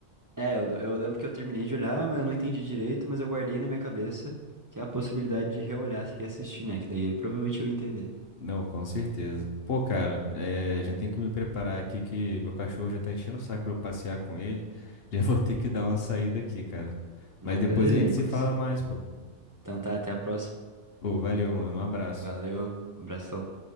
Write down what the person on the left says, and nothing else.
Não, com certeza. Pô, cara, é, já tem que me preparar aqui que meu cachorro já tá enchendo o saco pra eu passear com ele. <laughs> Já vou ter que dar uma saída aqui, cara.
Mas depois
a gente
se fala mais, pô.
Pô, valeu, mano. Um abraço.